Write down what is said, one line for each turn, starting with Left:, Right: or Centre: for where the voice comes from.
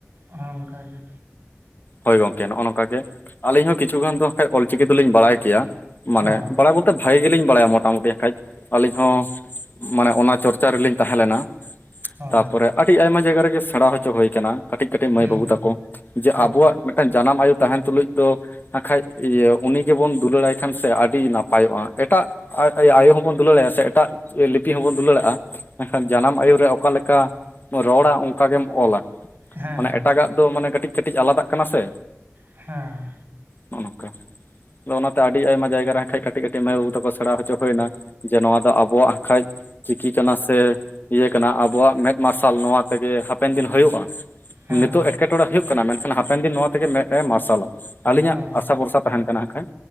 Right: ᱦᱚᱸ ᱚᱝᱠᱟ ᱜᱮ
Left: ᱦᱳᱭ ᱜᱚᱝᱠᱮ ᱱᱚᱜᱼᱚ ᱱᱚᱝᱠᱟ ᱜᱮ ᱟᱞᱤᱧ ᱦᱚᱸ ᱠᱤᱪᱷᱩ ᱜᱟᱱ ᱫᱚ ᱦᱟᱸᱜ ᱠᱷᱟᱡ ᱚᱞᱪᱤᱠᱤ ᱫᱚᱞᱤᱧ ᱵᱟᱲᱟᱭ ᱠᱮᱭᱟ ᱢᱟᱱᱮ
Right: ᱚ
Left: ᱵᱟᱲᱟᱭ ᱵᱚᱞ ᱛᱚ ᱵᱷᱟᱜᱤ ᱜᱮᱞᱤᱧ ᱵᱟᱲᱟᱭᱟ ᱢᱚᱴᱟᱢᱩᱴᱤ ᱦᱟᱸᱜ ᱠᱷᱟᱡ ᱟᱹᱞᱤᱧ ᱦᱚᱸ ᱢᱟᱱᱮ ᱚᱱᱟ ᱪᱚᱨᱪᱟ ᱨᱮᱞᱤᱧ ᱛᱟᱦᱮᱸ ᱞᱮᱱᱟ
Right: ᱚ
Left: ᱛᱟᱯᱚᱨᱮ ᱟᱹᱰᱤ ᱟᱭᱢᱟ ᱡᱟᱭᱜᱟ ᱨᱮᱜᱮ ᱥᱮᱬᱟ ᱦᱚᱪᱚ ᱦᱩᱭ ᱠᱟᱱᱟ ᱠᱟᱹᱴᱤᱡ ᱠᱟᱹᱴᱤᱡ ᱢᱟᱹᱭ
Right: ᱦᱩᱸ
Left: ᱵᱟᱹᱵᱩ
Right: ᱦᱩᱸ
Left: ᱛᱟᱠᱚ ᱡᱮ
Right: ᱚ
Left: ᱟᱵᱚᱣᱟᱜ ᱢᱤᱫᱴᱟᱱ ᱡᱟᱱᱟᱢ ᱟᱭᱳ ᱛᱟᱦᱮᱱ ᱛᱩᱞᱩᱡ ᱫᱚ ᱟᱠᱷᱟᱡ ᱤᱭᱟᱹ ᱩᱱᱤ ᱜᱮᱵᱚᱱ ᱫᱩᱞᱟᱹᱲᱟᱭ ᱠᱷᱟᱱ ᱥᱮ ᱟᱹᱰᱤ ᱱᱟᱯᱟᱭᱚᱜᱼᱟ ᱮᱴᱟᱜ ᱟᱭᱳ ᱦᱚᱵᱚᱱ ᱫᱩᱞᱟᱹᱲᱟᱭᱟ ᱥᱮ ᱮᱴᱟᱜ ᱞᱤᱯᱤ ᱦᱚᱸᱵᱚᱱ ᱫᱩᱞᱟᱹᱲᱟᱜᱼᱟ ᱮᱱᱠᱷᱟᱱ ᱡᱟᱱᱟᱢ ᱟᱭᱩ ᱨᱮ ᱚᱠᱟᱞᱮᱠᱟ ᱨᱚᱲᱟ ᱚᱱᱠᱟ ᱜᱮᱢ ᱚᱞᱟ
Right: ᱦᱮᱸ
Left: ᱢᱟᱱᱮ
Right: ᱦᱮᱸ
Left: ᱮᱴᱟᱜᱟᱜ ᱫᱚ ᱢᱟᱱᱮ ᱠᱟᱹᱴᱤᱡ ᱠᱟᱹᱴᱤᱡ ᱟᱞᱟᱫᱟᱜ ᱠᱟᱱᱟ ᱥᱮ
Right: ᱦᱮᱸ
Left: ᱱᱚᱜᱼᱚ ᱱᱚᱝᱠᱟ ᱟᱫᱚ ᱚᱱᱟᱛᱮ ᱟᱹᱰᱤ ᱟᱭᱢᱟ ᱡᱟᱭᱜᱟ ᱨᱮ ᱠᱷᱟᱱᱡ ᱠᱟᱹᱴᱤᱡ ᱠᱟᱹᱴᱤᱡ ᱮᱢᱟᱹᱭ ᱵᱟᱹᱵᱩ ᱛᱟᱠᱚ ᱥᱮ ᱟᱠᱲᱟᱣ ᱦᱚᱪᱚ ᱦᱩᱭᱱᱟ ᱡᱮ ᱱᱚᱣᱟ ᱫᱚ ᱟᱵᱚᱣᱟᱜ ᱦᱟᱸᱜ ᱠᱷᱟᱡ ᱪᱤᱠᱤ ᱠᱟᱱᱟ ᱥᱮ ᱤᱭᱟᱹ ᱠᱟᱱᱟ ᱟᱵᱚᱣᱟᱜ ᱢᱮᱫ ᱢᱟᱨᱥᱟᱞ ᱱᱚᱣᱟ ᱛᱮᱜᱮ ᱦᱟᱯᱮᱱ ᱫᱤᱱ ᱦᱩᱭᱩᱜᱼᱟ
Right: ᱦᱮᱸ
Left: ᱱᱤᱛᱳᱜ
Right: ᱦᱮᱸ
Left: ᱮᱴᱠᱮᱴᱚᱬᱮ ᱦᱩᱭᱩᱜ ᱠᱟᱱᱟ ᱢᱮᱱᱠᱷᱟᱱ ᱦᱟᱯᱮᱱ ᱫᱤᱱ ᱱᱚᱣᱟ ᱛᱮᱜᱮ ᱢᱮᱸᱫᱼᱮ ᱢᱟᱨᱥᱟᱞᱟ ᱟᱹᱞᱤᱧᱟᱜ
Right: ᱦᱮᱸ
Left: ᱟᱥᱟ ᱵᱷᱚᱨᱥᱟ ᱛᱟᱦᱮᱱ ᱠᱟᱱᱟ ᱟᱸᱠᱷᱟᱱ